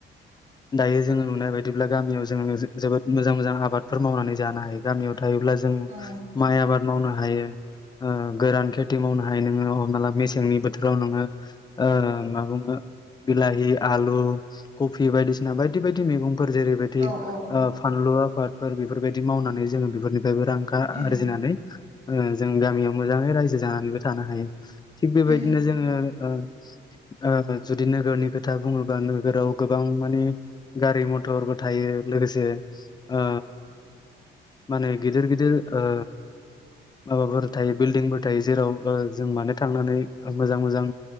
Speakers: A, on the left; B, on the right.
A: <inaudible> दायो जों नुनाय बायदिब्ला गामियाव जों जो-जोबोद मोजां मोजां आबादफोर मावना जानो हायो गामियाव थायोब्ला जों
B: औ
A: माइ आबाद मावनो हायो ओ गोरान खेथि मावनो हायो हमना ला मेसेंनि बोथोराव नोङो ओ मा बुङो बिलाहि, आलु, कफि बायदिसिना बायदि बायदि मैगं फोर जेरैबादि
B: औ औ
A: ओ फानलु आबादफोर बेफोरबायदि मावनानै जों बेफोरनि बेबो रां खा
B: उम
A: आरजिनानै ओ जों गामियाव मोजाङै रायजो जानाबो थानो हायो। थिग बेबायदिनो
B: उम
A: जोङो ओ ओ जुदि नोगोरनि खोथा बुङोबा नोगोराव गोबां माने गारि मथरबो थायो यो लोगोसे ओ माने गेदिर गिदिर ओ माबाफोर थायो बिल्डिंफोर थायो जेराव ओ जों मानो थांनानै मोजां मोजां